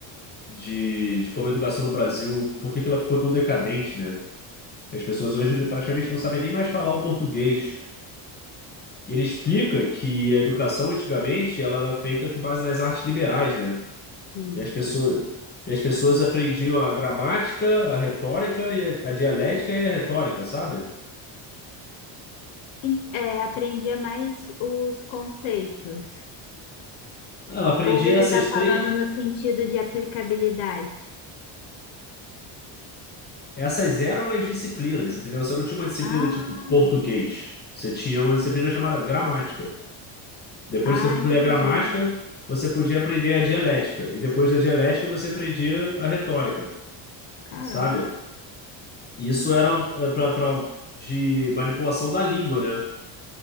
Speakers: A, on the left (about 20°); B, on the left (about 80°).
A: de, de como a educação no Brasil, por que que ela ficou tão decadente, né? As pessoas hoje praticamente não sabem nem mais falar o português E ele explica que a educação antigamente ela era feita com base nas artes liberais, né?
B: Sim.
A: E as pessoas, e as pessoas aprendiam a gramática, a retórica, e a, a dialética e a retórica, sabe?
B: En- É, aprendia mais os conceitos.
A: Ela aprendia
B: Ou você
A: essas
B: está falando
A: três,
B: no sentido de aplicabilidade?
A: essas eram as disciplinas, entendeu? Você não tinha uma disciplina
B: Ah,
A: tipo português, você tinha uma disciplina chamada gramática. Depois
B: ah,
A: que você concluía
B: entendi.
A: a gramática, você podia aprender a dialética, e depois da dialética você aprendia a retórica,
B: Caramba.
A: sabe? E isso era é, pra, pra, de manipulação da língua, né?